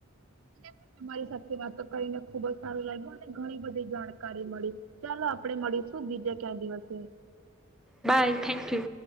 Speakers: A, on the right; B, in the centre.
A: મને પણ તમારી સાથે વાતો કરીને ખુબ જ સારું લાયગું અને ઘણી બધી જાણકારી મળી. ચાલો આપડે મળીશું બીજે ક્યા દિવસે.
B: બાય. Thank you.